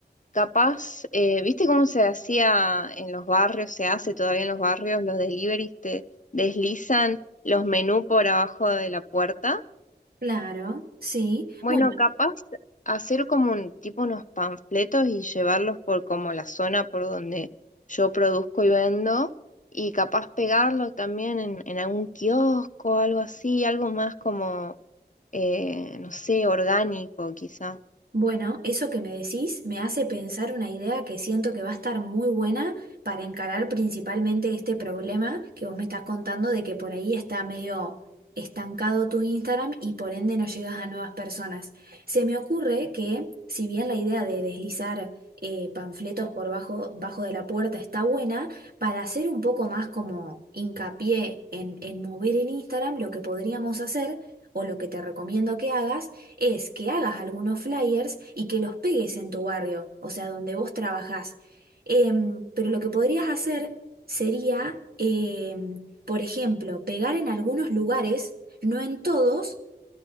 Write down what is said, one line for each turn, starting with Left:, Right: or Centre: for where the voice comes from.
Left: Capaz, eh, ¿viste cómo se hacía en los barrios? Se hace todavía en los barrios, los deliveries te deslizan los menús por abajo de la puerta.
Right: Claro, sí.
Left: Bueno,
Right: Bueno.
Left: capaz hacer como un tipo unos panfletos y llevarlos por como la zona por donde yo produzco y vendo. Y capaz pegarlo también en, en algún kiosco, algo así, algo más como, eh, no sé, orgánico quizá.
Right: Bueno, eso que me decís me hace pensar una idea que siento que va a estar muy buena para encarar principalmente este problema que vos me estás contando de que por ahí está medio estancado tu Instagram y por ende no llegas a nuevas personas. Se me ocurre que si bien la idea de deslizar eh, panfletos por bajo, bajo de la puerta está buena, para hacer un poco más como hincapié en, en mover el Instagram, lo que podríamos hacer o lo que te recomiendo que hagas, es que hagas algunos flyers y que los pegues en tu barrio, o sea, donde vos trabajás. Em, pero lo que podrías hacer sería, em, por ejemplo, pegar en algunos lugares, no en todos,